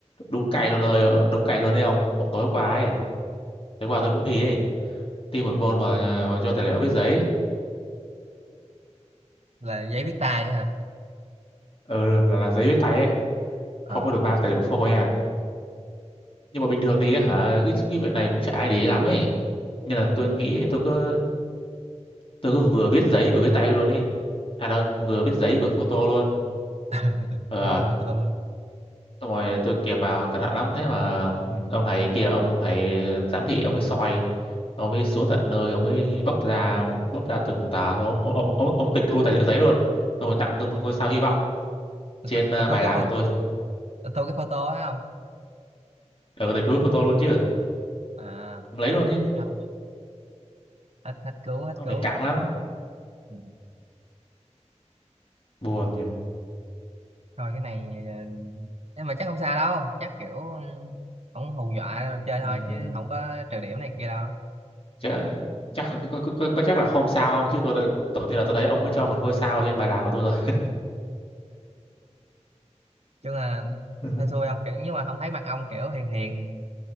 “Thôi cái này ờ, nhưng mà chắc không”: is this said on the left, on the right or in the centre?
Right